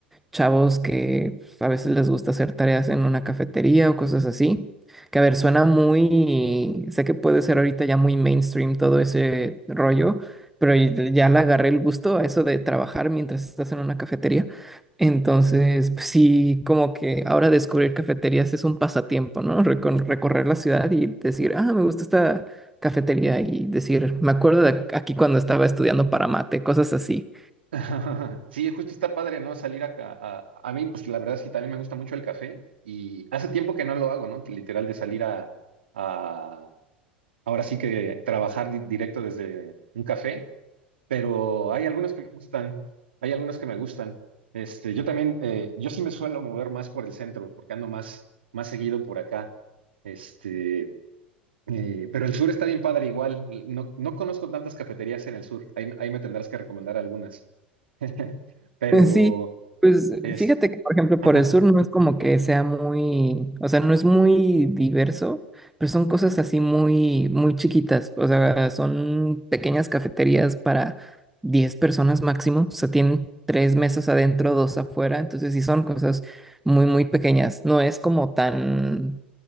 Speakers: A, in the centre; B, on the right (about 75°).
A: chavos que a veces les gusta hacer tareas en una cafetería o cosas así. Que a ver, suena muy, sé que puede ser ahorita ya muy mainstream todo ese rollo, pero y- ya le agarré el gusto a eso de trabajar mientras estás en una cafetería. Entonces, pues sí, como que ahora descubrir cafeterías es un pasatiempo, ¿no? Recon- recorrer la ciudad y decir, ah, me gusta esta cafetería y decir, me acuerdo de ac- aquí cuando estaba estudiando para mate, cosas así.
B: <laughs> Sí, justo está padre, ¿no? Salir acá. A, a mí, pues la verdad sí, también me gusta mucho el café y hace tiempo que no lo hago, ¿no? Literal de salir a, a- ahora sí que trabajar di- directo desde un café, pero hay algunos que me gustan, hay algunos que me gustan. Este, yo también, eh, yo sí me suelo mover más por el centro, porque ando más, más seguido por acá. Este, eh, pero el sur está bien padre igual. No, no conozco tantas cafeterías en el sur. Ahí, ahí me tendrás que recomendar algunas. <laughs> Pero
A: <laughs> Sí, pues
B: es
A: fíjate que, por ejemplo,
B: ajá,
A: por el sur no es como que sea muy, o sea, no es muy diverso, pero son cosas así muy, muy chiquitas, o sea, son pequeñas cafeterías para 10 personas máximo, o sea, tienen tres mesas adentro, dos afuera, entonces sí son cosas muy, muy pequeñas, no es como tan,